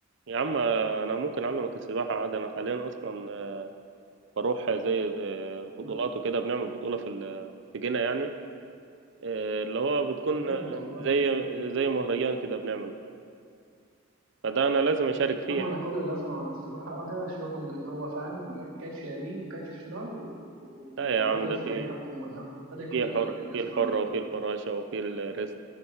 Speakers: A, on the right; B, on the right.
A: يا عم أنا ممكن أعلمك السباحة عادي أنا حاليا أصلا بروح زي زي بطولات
B: تمام.
A: وكده بنعمل بطولة في ال- في جنة يعني آه، اللي هو بتكون
B: طب جامد
A: آه،
B: والله
A: زي زي مهرجان كده بنعمله فده أنا لازم أشارك فيه
B: اما
A: يعني
B: انا كل اللي اسمعه عن السباحه بقى شغل اللي هو فاهم كاتش يمين وكاتش شمال و- و-
A: لا يا
B: وبابا
A: عم
B: الزباين
A: ده في
B: تحت الميه <laughs> ادي كل
A: في حر
B: ده يعني
A: في
B: اسمع
A: الحرة
B: عنه
A: وفي الفراشة وفي الريست